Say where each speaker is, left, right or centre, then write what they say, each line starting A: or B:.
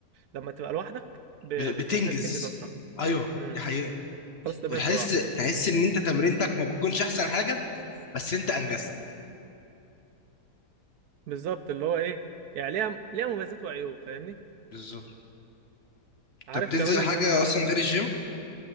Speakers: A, on the right; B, on the left.
A: لما تبقى لوحدك ب...
B: ب-
A: بتحس
B: بتنجز
A: انك بتنجز اسرع
B: ايوه
A: امم
B: دي حقيقة
A: خلاص ترميها
B: وتحس
A: بسرعه
B: تحس ان انت تمرينتك ما بتكونش احسن حاجة بس انت انجزت
A: بالظبط اللي هو ايه يعني ليها ليها مميزات وعيوب فاهمني
B: بالظبط.
A: عارف
B: طب تنزل
A: كمان ان
B: حاجة
A: انا
B: أصلا غير الجيم؟